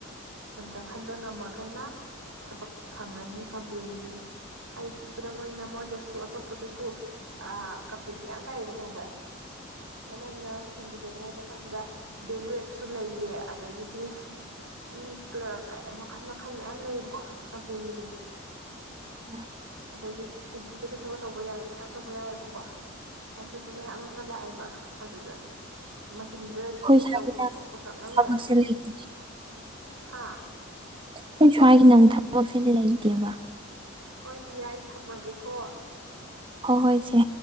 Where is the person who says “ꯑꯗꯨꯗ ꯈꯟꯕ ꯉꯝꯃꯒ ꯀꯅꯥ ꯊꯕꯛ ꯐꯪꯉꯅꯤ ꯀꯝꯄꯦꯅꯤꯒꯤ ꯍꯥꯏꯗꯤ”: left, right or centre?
Right